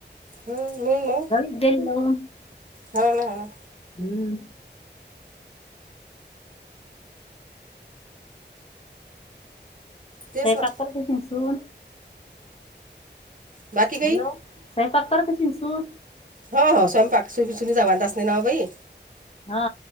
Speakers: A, on the right; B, on the left.
A: हम् म ना
B: बलो <inaudible>
A: हा ना ह ना
B: हम्म
A: तेच
B: स्वयंपाक
A: ना
B: करते सून,
A: बाकी काही
B: हॅलो स्वयंपाक करत असेल सून
A: हो हो स्वयंपाक सुनी सुनी जेवत असते ना बाई
B: हा